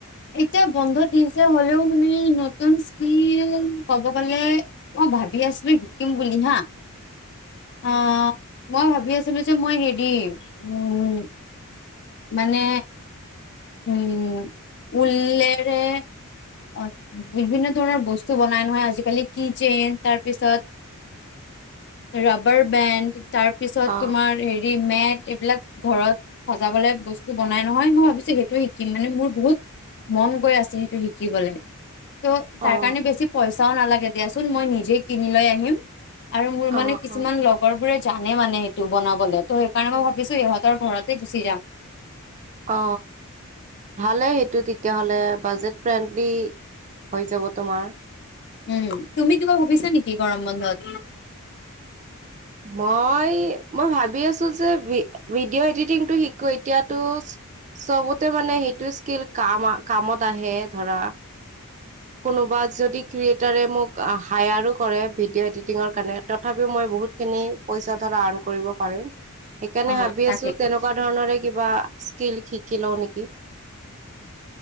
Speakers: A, on the left; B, on the right.
A: এতিয়া বন্ধ দিছে হ'লেও মানে নতুন স্কিল ক'ব গলে মই ভাবি আছো শিকিম বুলি। হা অ', মই ভাবি আছিলো যে মই হেৰি উম মানে উম, উল্লেৰে অ বিভিন্ন ধৰণৰ বস্তু বনাই নহয় আজিকালি কিচেইন তাৰপিছত ৰবাৰ বেণ্ড তাৰ পিছত
B: অ
A: তোমাৰ হেৰি মেট এইবিলাক ঘৰত সজাবলে বস্তু বনাই নহয় মই ভাবিছো সেইটোয়ে শিকিম মানে মোৰ বহুত। মন গৈ আছে সেইটো শিকিবলে ত' তাৰ
B: অ
A: কাৰণে বেছি পইচা। এটাও নালাগে দিয়াচোন মই নিজে কিনি লৈ আহিম আৰু মোৰ মানে
B: অ অ
A: কিছুমান লগৰ বোৰে। জানে মানে সেইটো বনাবলে ত' সেইকাৰণে মই ভাবিছো ইহঁতৰ ঘৰতে গুচি যাম।
B: অ ভালে সেইটো তেতিয়াহ'লে বাজেট ফ্ৰেণ্ডলি হৈ যাব তোমাৰ।
A: উম, তুমি কিবা ভাবিছে নেকি গৰম বন্ধত
B: মই-মই ভাবি আছো যে ভি ভিডিঅ' এডিটিংটো শিকো এতিয়াতো। চবতে মানে সেইটো স্কিল কাম কামত আহে ধৰা কোনোবা যদি ক্ৰিয়েটাৰে মোক হায়াৰো কৰে ভিডিঅ' এডিটিংৰ কাৰণে তথাপিও মই বহুত খিনি পইচা ধৰা আৰ্ন কৰিব পাৰিম সেইকাৰণে
A: অ
B: ভাবি
A: তাকে
B: আছো তেনেকুৱা ধৰণৰে কিবা স্কিল শিকি লও নেকি